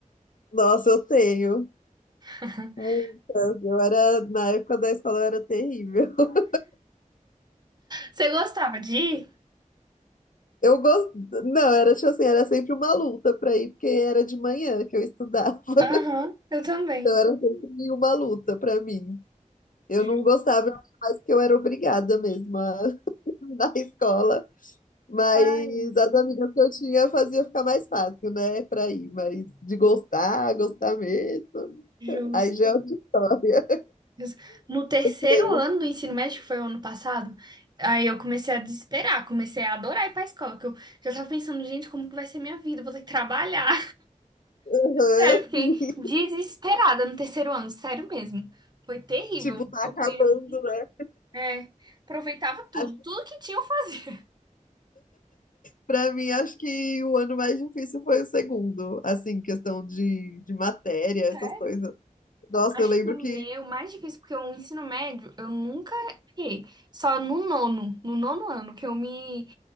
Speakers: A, on the left; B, on the right.
A: Nossa, eu tenho
B: <laughs>
A: muitas. Eu era, na época da escola, eu era terrível. <laughs>
B: Você gostava de ir?
A: Eu gosto, não, era tipo assim, era sempre uma luta pra ir, porque era de manhã que eu estudava. <laughs>
B: Aham, eu também.
A: Então era sempre uma luta pra mim. Eu
B: Ju-
A: não gostava mais porque eu era obrigada mesmo a <laughs> na escola, mas
B: Ai,
A: as amigas que eu tinha fazia ficar mais fácil, né, pra ir, mas de gostar, gostar mesmo,
B: justo.
A: aí já é outra história.
B: Justo. No terceiro
A: Aham.
B: ano do ensino médio, que foi o ano passado, aí eu comecei a desesperar, comecei a adorar ir pra escola, que eu já tava pensando, gente, como que vai ser minha vida? Eu Vou ter que trabalhar.
A: <laughs>
B: Sério, eu fiquei desesperada no terceiro ano, sério mesmo. Foi terrível.
A: Tipo, tá
B: Eu
A: acabando,
B: queria ir.
A: né?
B: É, aproveitava tudo,
A: Acho,
B: tudo que tinha eu fazia.
A: pra mim, acho que o ano mais difícil foi o segundo, assim, questão de, de matéria,
B: <laughs> Sério?
A: essas coisas. Nossa,
B: Acho
A: eu lembro
B: que o meu
A: que.
B: mais difícil, porque o ensino médio eu nunca fiquei. Só no nono, no nono ano, que eu me